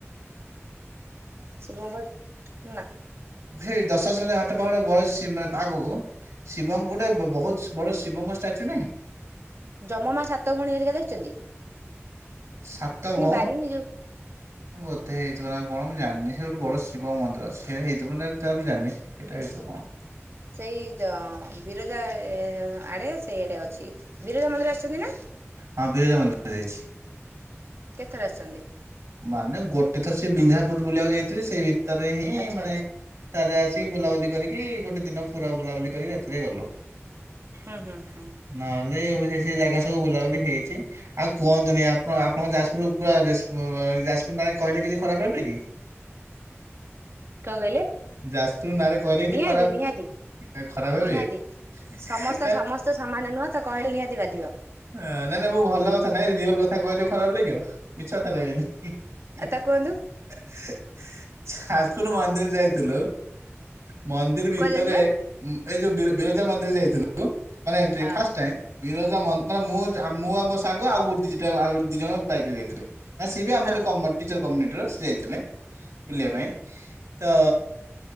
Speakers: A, on the right (about 55°); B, on the right (about 80°).
A: ଶିବଙ୍କ ର ନା
B: ସେଇ ଦଶାଶ ମେଦ୍ଧ ତଳେ <unintelligible> ଆଗକୁ ଶିବ ଙ୍କ ଗୋଟେ ବ-ବହୁତ ବଡ ଶିବଙ୍କ ଷ୍ଟାଚୁ ନାହିଁ।
A: ଜମ ମା ସାତ ଭଉଣୀ ହେରିକା ଦେଇଚନ୍ତି?
B: ସାତ ଭଉ
A: ବାରିଣୀ ଯୋଉ
B: ବୋଧେ ହେଇଥିବ ନା କଣ ମୁଁ ଜାଣିନି ସେ <unintelligible> ବଡ ଶିବ ମନ୍ଦିର ଅଛି ସେଇଟା ହେଇଥିବ ନା ସେଟା ମୁଁ ଜାନି। ଏଟା ହେଉଥିବ କଣ?
A: ସେଇ ଜ ବିରଜା ଆଡେ ସେଇ ଆଡେ ଅଛି ବିରଜା ମନ୍ଦିର ଆସିଚନ୍ତି ନା?
B: ହଁ ବିରଜା ମନ୍ଦିର ଯାଇଛି।
A: କେତଥର ଆସିଚନ୍ତି?
B: ମାନେ ଗୋଟେ ଥର ସେଇ ବିନ୍ଝାରପୁର ବୁଲିବାକୁ ଯାଇଥିଲେ ସେଇ ଭିତରେ ହିଁ
A: ଆଚ୍ଛା
B: ମାନେ
A: ଆଚ୍ଛା
B: ତାରେ ଆସିକି ବୁଲାବୁଲି କରିକି ଗୋଟେ ଦିନ ପୁରା ବୁଲାବୁଲି କରି ରାତିରେ ଗଲୁ।
A: ହଁ ହଁ ହଁ।
B: ନହେଲେ ଏବେ ସେଇ ସେଇ ଜାଗା ସବୁ ବୁଲାବୁଲି ହେଇଚି। ଆଉ କୁହନ୍ତୁନି ଆପଣ ଆପଣଙ୍କ ଯାଜପୁର ପୁରା ରେ ଯାଜପୁର ନା କହିଲେ କିଛି ଖରାପ ଭାବୁଚ କି?
A: କଣ କହିଲେ
B: ଯାଜପୁର ନାଁରେ କହିଲେ କିଛି
A: ନିହାତି
B: ଖରାପ
A: ନିହାତି
B: ଖରାପ
A: ନିହାତି
B: ଭାବିବେ?
A: ସମସ୍ତେ ସମସ୍ତେ ସମାନ ନୁହଁ ତ କହିଲେ ନିହାତି ବାଧିବ
B: ହଁ ନାଇଁ ନାଇଁ ମୁଁ ଭଲ କଥା ନାଇଁ ରିଅଲ କଥା କହିଲେ ଖରାପ ଲାଗିବ? ସତ କଇବେନି ହିଁ ହେଁ
A: ଆ
B: ହେଁ।
A: ତା କୁହନ୍ତୁ
B: ଯାଜପୁର ମନ୍ଦିର ଯାଇଥିଲୁ। ମନ୍ଦିର୍ ଭିତରେ
A: କୁଆଯାଇଥିଲେ
B: ଉଁ ଏଇ ଯୋଉ ବିର୍-ବିରଜା ମନ୍ଦିର ଯାଇଥିଲୁ। ମାନେ ଏଣ୍ଟ୍ରି
A: ହ
B: ଫାସ ଟାଇମ୍। ବିରଜା ମନ୍ଦିର ମାନେ ମୁଁ ମୁଁ ଆଉ ମୋ ସାଙ୍ଗ ଆଉ ଦିଟା ଆ ଦି ଜଣ ବାଇକରେ ଯାଇଥିଲେ। ଆ ସିଏ ବି ଆମର
A: ହଁ।
B: କମନ୍ ଟିଚର୍ କମୁନିଟ୍ ର ସିଏ ଯାଇଥିଲେ ବୁଲିବା ପାଇଁ। ତ